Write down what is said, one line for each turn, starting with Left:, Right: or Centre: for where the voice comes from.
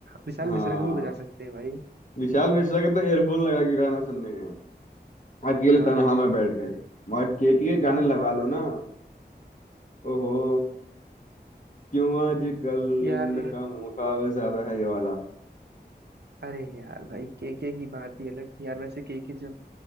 Right: विशाल
Left: हाँ
Right: मिश्रा को भी बजा सकते हैं भाई
Left: विशाल मिश्रा के तो एयरफोन लगा के गाने सुनने गए अकेले
Right: हाँ
Left: तन्हा
Right: यार
Left: में बैठ
Right: भाई
Left: के मगर के के गाने
Right: हाँ
Left: लगा
Right: हाँ हाँ।
Left: लो ना ओहो क्यों आजकल
Right: यार
Left: नींद का मुकाबला ज्यादा है ये वाला
Right: अरे यार भाई के के की बात ही अलग थी यार वैसे के के जब